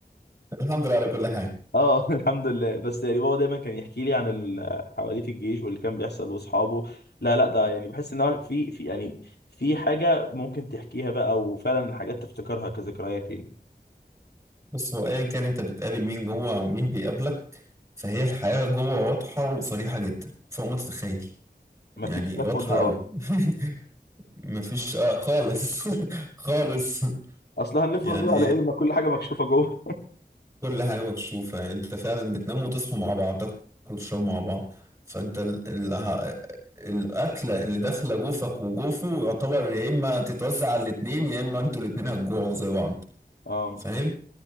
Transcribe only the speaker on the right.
الحمد لله على كل حاجة
بص هو أيا كان أنت بتقابل مين جوه ومين بيقابلك فهي الحياة جوه واضحة وصريحة جدا فوق ما تتخيل
يعني
واضحة
أوي <laughs> مفيش آه خالص <laughs> خالص
يعني
كل حاجة مكشوفة يعني انت فعلا بتنام وتصحوا مع بعض تاكلوا وتشربوا مع بعض فانت ال... ال... ه- الأكلة اللي داخلة جوفك وجوفه يعتبر يا إما تتوزع على الاتنين يا إما انتوا الاتنين هتجوعوا زي بعض
فاهم؟